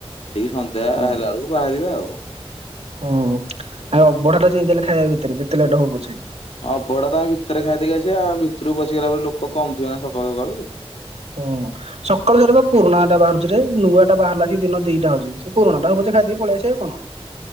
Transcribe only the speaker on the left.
ଠିକ ସନ୍ଧ୍ୟା
ହେଲା ବେଳକୁ ବାହାରିବା ଆଉ
ଅବଢଡା ତ ଆମେ ଭିତରେ ଖାଇଦେଇକି ଆସିବା ଆଉ ଭିତରକୁ ପଶିଗଲା ପରେ ଲୋକ କମ ଥିବେ ନା ସକାଳୁ ସକାଳୁ